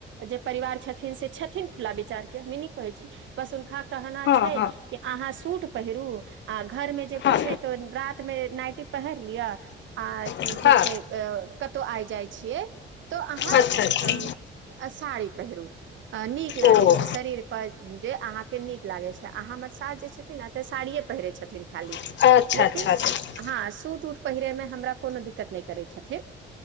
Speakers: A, on the right; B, on the left.
A: जे परिवार छथिन से छथिन खुला विचार हम कहै छी बस हुनका कहना
B: हँ
A: छै
B: हँ
A: कि अहाँ सूट पहिरू आ घर मे जे
B: हँ
A: छै तऽ रात मे नाइटी पहिर लिअ आ
B: हँ
A: जे
B: अच्छा
A: छै अ कतहु आइ जाइ छियै त अहाँ
B: अच्छा
A: साड़ी पहिरू नीक लागै
B: ओ
A: छै शरीर जे अहाँ के नीक लागे छै आहाँ हमर सास जे छथिन ने ते साड़िये पहिरे छथिन खाली
B: अच्छा
A: लेकिन
B: अच्छा अच्छा
A: हां सूट उट पहिरै में हमरा कोनो दिक्कत नहि करै छथिन